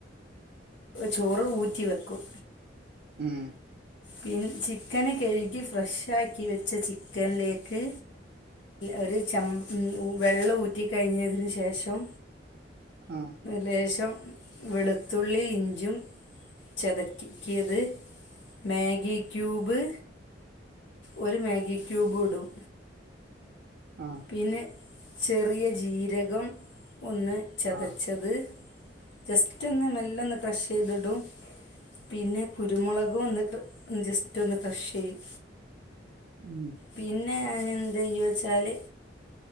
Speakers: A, on the left; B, on the right.
A: ചോറ് ഊറ്റി വെ ക്കും
B: ഉം
A: പിൻ ചിക്കന് കഴുകി ഫ്രഷാക്കി വെച്ച ചിക്കൻലേക്ക് ഒരു ചം വെള്ളം ഊറ്റിക്കഴിഞ്ഞതിന് ശേഷം
B: ആഹ്
A: ലേശം വെളുത്തുള്ളീം ഇഞ്ചും ചതക്കിയത് മേഗി ക്യൂബ് ഒര്മേഗി ക്യൂബു ഇടും
B: ആഹ്
A: പിന്നെ ചെറിയ ജീരകം ഒന്ന് ചതച്ച്
B: ആഹ്
A: ത് ജസ്റ്റൊന്ന് മെല്ലൊന്ന് ക്രഷ്യ്തിടും. പിന്നെ കുരുമുളകൊന്ന് ജസ്റ്ററ്റൊന്ന് ക്രഷ്യ്യും.
B: ഉം.
A: പിന്നെ ഞാന് എന്തെയ്യുച്ചാല്.